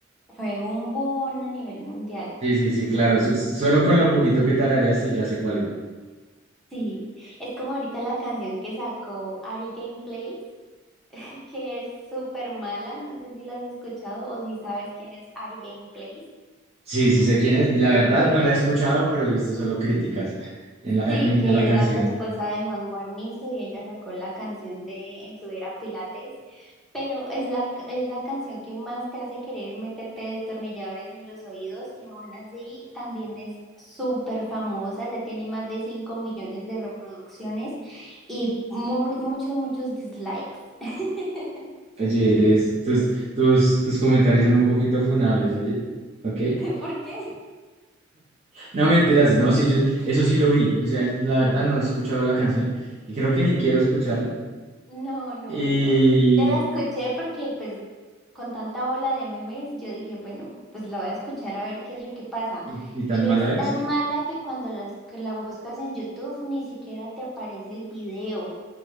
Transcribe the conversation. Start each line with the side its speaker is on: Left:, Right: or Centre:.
Centre: fue un boom a nivel mundial.
Right: Sí, sí, sí, claro. so- solo con lo poquito que tarareas, sí, ya sé cuál es.
Centre: Sí, es como ahorita la canción que sacó Ari Gameplays que es súper mala, no sé si la has escuchado o si sabes quién es Ari Gameplays,
Right: Sí, sí sé quién es. Y la verdad
Centre: que
Right: no
Centre: era-
Right: la he escuchado, pero he visto solo críticas en la, a
Centre: sí, que
Right: la canción.
Centre: era la esposa de Juan Guarnizo y ella sacó la canción de En su era Pilates, pero es la, es la canción que más te hace querer meterte destornilladores en los oídos y aún así también es súper famosa, ya tiene más de 5 millones de reproducciones y mu muchos, muchos dislikes. <laughs>
Right: Oye, eres, tus, tus, tus comentarios son un poquito funables, oye. Ok.
Centre: ¿Por qué?
Right: No mentiras, no, sí, yo eso sí lo vi. O sea, la verdad no he escuchado la canción y creo que ni quiero escucharla.
Centre: No, no,
Right: Y,
Centre: no. Te la escuché porque pues con tanta ola de memes yo dije, bueno, pues la voy a escuchar a ver qué es lo que pasa.
Right: y, y tan
Centre: Y
Right: mala
Centre: es tan
Right: es.
Centre: mala que cuando las, que la buscas en YouTube ni siquiera te aparece el video